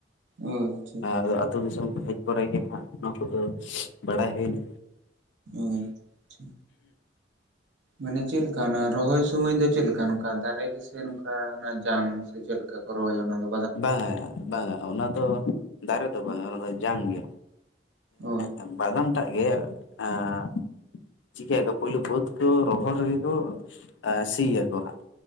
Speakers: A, on the right; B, on the left.
A: ᱚ ᱟᱪᱪᱷᱟ
B: ᱟᱸ ᱟᱹᱛᱩ ᱫᱤᱥᱚᱢ ᱦᱮᱡ ᱯᱨᱮ ᱜᱮ ᱦᱟᱸᱜ, ᱱᱚᱣᱟ ᱠᱚᱫᱚ ᱵᱟᱲᱟᱭ ᱦᱩᱭ ᱮᱱᱟ <inaudible>
A: ᱟᱪᱪᱷᱟ ᱢᱟᱱᱮ ᱪᱮᱫ ᱞᱮᱠᱟ ᱚᱱᱟ ᱨᱚᱦᱚᱭ ᱥᱩᱢᱟᱹᱭ ᱫᱚ ᱪᱮᱫ ᱞᱮᱠᱟ ᱱᱚᱝᱠᱟ ᱫᱟᱨᱮ ᱜᱮᱥᱮ ᱱᱚᱝᱠᱟ ᱡᱟᱝᱼᱼ ᱪᱮᱫ ᱞᱮᱠᱟ ᱠᱚ ᱨᱚᱦᱚᱭᱟ ᱚᱱᱟ ᱫᱚᱼᱼ
B: ᱵᱟᱝᱟ ᱵᱟᱝᱟ ᱚᱱᱟ ᱫᱚ ᱫᱟᱨᱮ ᱫᱚ ᱵᱟᱝᱟ ᱚᱱᱟ ᱫᱚ ᱡᱟᱝ ᱜᱮᱼᱼ
A: ᱚ
B: ᱮᱸᱜ ᱵᱫᱟᱢ ᱴᱟᱜ ᱜᱮ ᱟᱸᱻ ᱪᱤᱠᱟᱹᱭ ᱟᱠᱚ ᱯᱳᱭᱞᱳ ᱵᱟᱹᱫᱽ ᱠᱚ ᱨᱚᱦᱚᱲ ᱨᱮᱜᱮ ᱠᱚ ᱥᱤ ᱟᱠᱚ ᱦᱟᱸᱜ